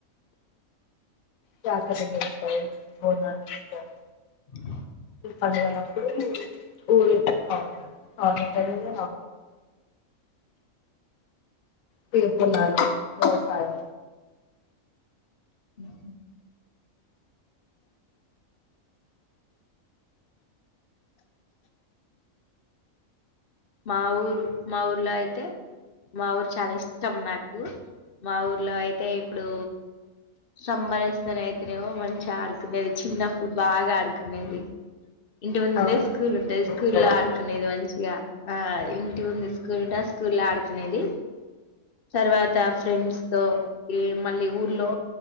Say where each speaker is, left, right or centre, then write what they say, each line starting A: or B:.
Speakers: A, on the left; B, on the left.
A: జాతరలు అనేవి ఉంటాయి బోనాలు ఉంటాయి
B: అ
A: పని లేనప్పుడు ఊరు కి పోతావుంటాడు టమేటాలు <inaudible> తీర్కున్నానాను వ్యవసాయం
B: ఉ మా ఊరు మా ఊర్లో అయితే మా ఊరు చాలా ఇష్టం నాకు మా ఊర్లో అయితే ఇప్పుడు సమ్మర్ వస్తే అయితేనేమో మంచిగా ఆడుకునేది చిన్నప్పుడు బాగా ఆడుకునేది ఇంటి ముందే
A: అవునవును
B: స్కూల్ ఉంటది స్కూల్
A: ఇక్కడ
B: లో ఆడుకునేది మంచిగా ఆ ఇంటి ముందు స్కూల్ ఉంటే స్కూల్ స్కూల్ లో ఆడుకునేది తర్వాత ఫ్రెండ్స్ తో ఈ మళ్ళీ ఊర్లో